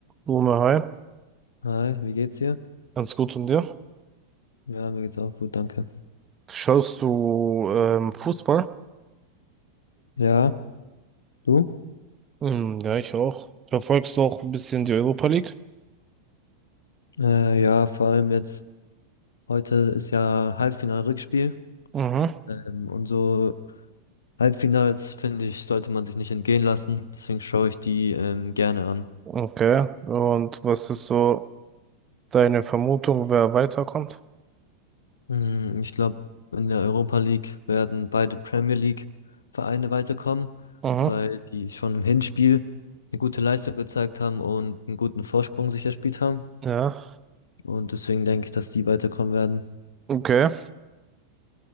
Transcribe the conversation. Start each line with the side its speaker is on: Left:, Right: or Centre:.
Right: Boomer, hi,
Left: Hi, wie geht's dir?
Right: ganz gut und dir?
Left: Ja, mir geht's auch gut, danke.
Right: Schaust du ähm, Fußball?
Left: Ja, du?
Right: Hm, ja, ich auch. Verfolgst du auch ein bisschen die Europa League?
Left: Äh, ja, vor allem jetzt, heute ist ja Halbfinal-Rückspiel.
Right: Mhm.
Left: Ähm, und so Halbfinals, finde ich, sollte man sich nicht entgehen lassen. Deswegen schaue ich die ähm, gerne an.
Right: Okay. Und was ist so deine Vermutung, wer weiterkommt?
Left: Mm, Ich glaube, in der Europa League werden beide Premier League-Vereine weiterkommen,
Right: Mhm.
Left: weil die schon im Hinspiel eine gute Leistung gezeigt haben und einen guten Vorsprung sich erspielt haben.
Right: Ja.
Left: Und deswegen denke ich, dass die weiterkommen werden.
Right: Okay.